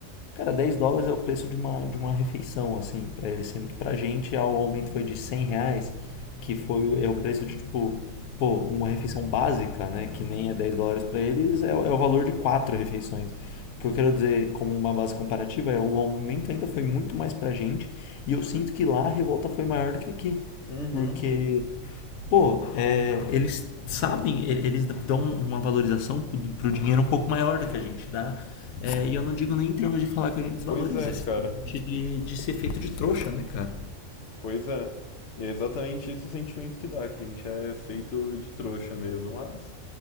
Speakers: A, on the left; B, on the left.
A: Cara, 10 dólares é o preço de uma, de uma refeição, assim, pra eles. Sendo que pra gente ah, o aumento foi de 100 reais, que foi, o- é o preço de, tipo, pô, uma refeição básica, né? Que nem é 10 dólares pra eles, é, o- é o valor de quatro refeições. O que eu quero dizer, como uma base comparativa, é o aumento ainda foi muito mais pra gente e eu sinto que lá a revolta foi maior do que aqui.
B: Uhum.
A: Porque pô, é, eles sabem, eles dão uma valorização pro dinheiro um pouco maior do que a gente dá. É, e eu não digo nem em termos de falar que a gente desvaloriza,
B: Pois é, cara.
A: é simplesmente de, de ser feito de trouxa, né, cara?
B: Pois é. E é exatamente esse o sentimento que dá, que a gente é feito de trouxa mesmo. Mas